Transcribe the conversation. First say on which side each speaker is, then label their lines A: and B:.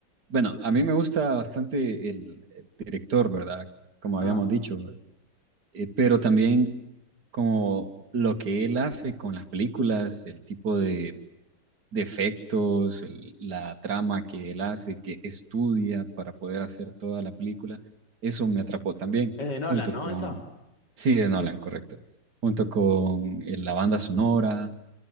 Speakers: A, on the right (about 70°); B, on the left (about 80°).
A: bueno, a mí me gusta bastante el, el director, ¿verdad? Como
B: Ah,
A: habíamos dicho, eh, pero también como lo que él hace con las películas, el tipo de, de efectos, el- la trama que él hace, que estudia para poder hacer toda la película, eso me atrapó también,
B: es de Nolan,
A: junto
B: ¿no?
A: con,
B: Esa.
A: sí, de Nolan, correcto, junto con eh, la banda sonora